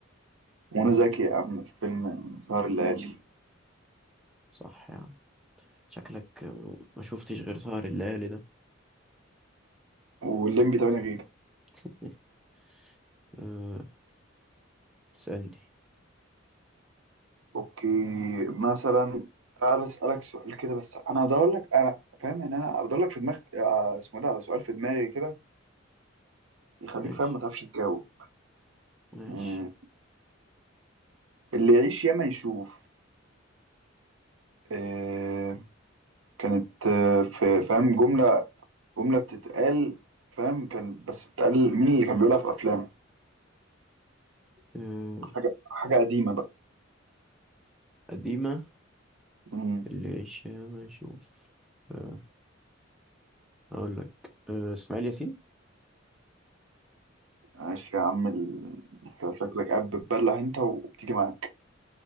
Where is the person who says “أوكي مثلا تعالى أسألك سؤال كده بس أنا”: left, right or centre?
Right